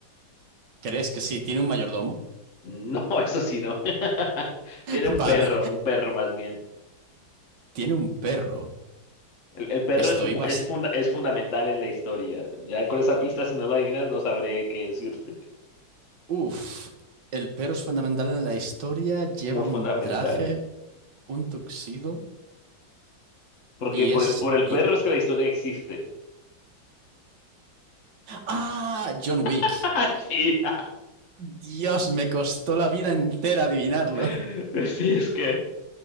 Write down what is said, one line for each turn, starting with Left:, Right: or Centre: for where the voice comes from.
Right: ¿Crees que sí? ¿Tiene un mayordomo?
Left: No, <laughs> eso sí, no. <laughs> Tiene
Right: <laughs>
Left: un
Right: Vale.
Left: perro, un perro más bien.
Right: Tiene un perro.
Left: El, el perro
Right: Estoy
Left: es, mu-
Right: bast...
Left: es, funda- es fundamental en la historia. Ya con esa pista, si no la adivinas, no sabré qué decirte.
Right: Uf. El perro es fundamental en la historia. Lleva
Left: Muy fundamental.
Right: un traje, un tuxedo
Left: Porque
Right: y
Left: por
Right: es...
Left: el, por el
Right: y-
Left: perro es que la historia existe.
Right: ¡Ah! John Wick.
Left: <laughs> Sí,
Right: Dios, me costó la vida entera adivinarlo.
Left: <laughs> sí, es que.